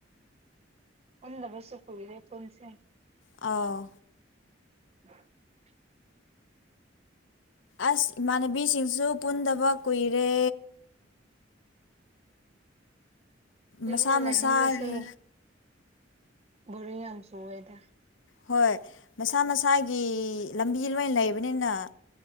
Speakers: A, on the right; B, on the left.
A: ꯄꯨꯟꯗꯕꯁꯨ ꯀꯨꯏꯔꯦ ꯄꯨꯟꯁꯦ
B: ꯑꯥꯎ
A: <unintelligible>
B: ꯑꯁ ꯏꯃꯥꯟꯅꯕꯤꯁꯤꯡꯁꯨ ꯄꯨꯟꯗꯕ ꯀꯨꯏꯔꯦ
A: ꯌꯨꯝꯅ
B: ꯃꯁꯥ
A: ꯂꯩꯃꯜꯂꯁꯨ
B: ꯃꯁꯥꯒꯤ
A: ꯕꯣꯔꯤꯡ ꯌꯥꯝ ꯆꯨꯋꯦꯗ
B: ꯍꯣꯏ ꯃꯁꯥ ꯃꯁꯥꯒꯤ ꯂꯝꯕꯤ ꯂꯣꯏꯅꯥ ꯂꯩꯕꯅꯤꯅ